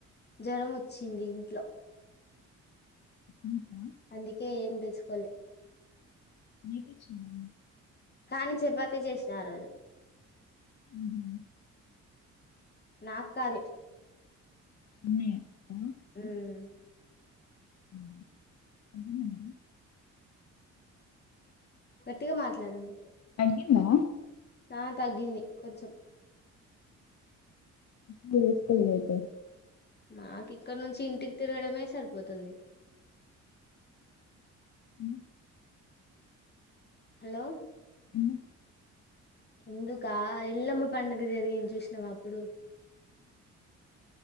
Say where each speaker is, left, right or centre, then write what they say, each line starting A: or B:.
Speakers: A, on the left; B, on the left.
A: జరం ఒచ్చింది ఇంట్లో
B: నీకా
A: అందుకే ఏం తెచ్చుకోలే
B: నీకొచ్చిందా
A: కాని చపాతి చేసిన ఆ రోజు
B: ఉహు
A: నా కాదు
B: అన్నయ్య కా?
A: ఊమ్
B: <inaudible>
A: గట్టిగ మాట్లాడండి
B: తగ్గిందా
A: ఆ తగ్గింది కొంచెం
B: <inaudible> తీసుకోలేదు అయితే
A: నాకు ఇక్కన్నుంచి ఇంటికి తిరగడమే సరిపోతుంది
B: ఎందుకు
A: హలో
B: ఎందుకు
A: ఎందుకా ఎల్లమ్మ పండుగ జరిగింది చూశ్నావా అప్పుడు